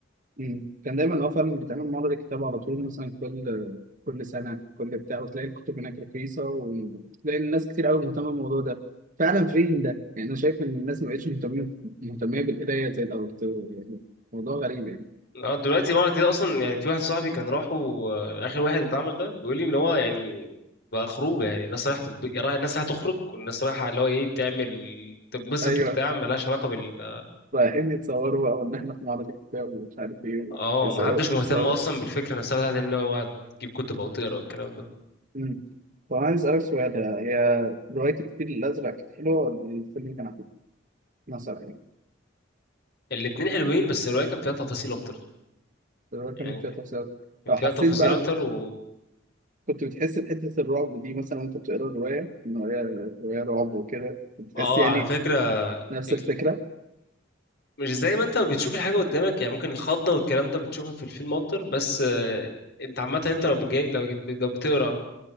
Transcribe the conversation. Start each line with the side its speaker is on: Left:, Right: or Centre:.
Right: مم. كان دايما اه فعلا بتعمل معرض كتاب على طول مثلا كل كل سنة كل بتاع وتلاقي الكتب هناك رخيصة وتلاقي الناس كتير أوي مهتمة بالموضوع ده فعلا فين ده؟ يعني أنا شايف إن الناس ما بقتش مهتمة مهتمية بالقراية زي الأول يعني موضوع غريب يعني
Left: اه دلوقتي معرض كده اصلا يعني في واحد صاحبي كان راحه آه، اخر واحد اتعمل ده بيقول لي ان هو يعني بقى خروجه يعني الناس رايحه تب... يعني الناس رايحه تخرج والناس رايحه اللي هو ايه تعمل تتبسط
Right: أيوه
Left: وبتاع ملهاش علاقه بال
Right: رايحين يتصوروا بقى وإن إحنا في معرض الكتاب ومش عارف إيه
Left: اه
Right: والصور-
Left: محدش مهتم
Right: والصور
Left: اصلا بالفكره نفسها بتاعت ان هو تجيب كتب او تقرا والكلام ده
Right: مم. طب عايز أسألك سؤال هي رواية الفيل الأزرق كانت حلوة ولا الفيلم اللي كان حلو؟ مثلا يعني
Left: الاتنين حلوين بس الرواية كان فيها تفاصيل أكتر
Right: الرواية
Left: يعني
Right: كان فيها تفسير
Left: كان
Right: لو
Left: فيها
Right: حسيت
Left: تفاصيل
Right: بقى
Left: أكتر و
Right: كنت بتحس بحتة الرعب دي مثلا وأنت بتقرا الرواية إن هي رواية رعب وكده بتحس
Left: آه
Right: يعني
Left: على فكرة
Right: نفس
Left: ال...
Right: الفكرة؟
Left: مش زي ما انت بتشوف الحاجة قدامك يعني ممكن الخضة والكلام ده بتشوفها في الفيلم اكتر بس آه، انت عامة انت لو جاي لو بت- لو بتقرا